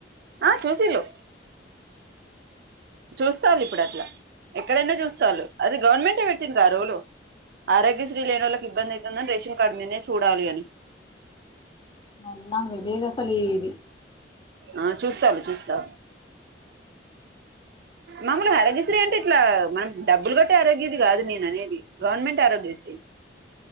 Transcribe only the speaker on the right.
ఆ చూసిల్లు చూస్తాలుప్ డట్లా ఎక్కడైనా చూస్తల్లు అది గవర్నమెంటే పెట్టిందా రోలు ఆరోగ్యశ్రీ లేనోల్లకి ఇబ్బందైతుందని రేషన్ కార్డ్ మీద్ నే చూడాలిఅని
ఆ చూస్తాను చూస్తా మముల్ గా ఆరోగ్యశ్ర అంటే ఇట్లా మనం డబ్బులు కట్టే ఆరోగ్యశ్రీ కాదు నేననేది గవర్నమెంట్ ఆరోగ్యశ్రీ